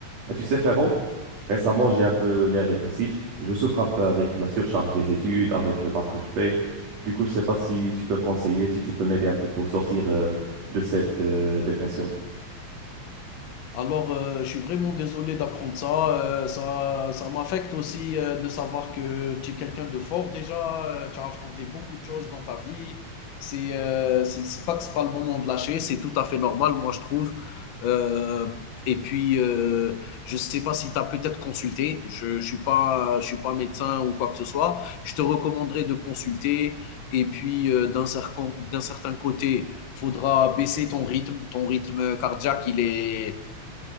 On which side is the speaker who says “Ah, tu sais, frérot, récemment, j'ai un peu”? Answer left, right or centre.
Right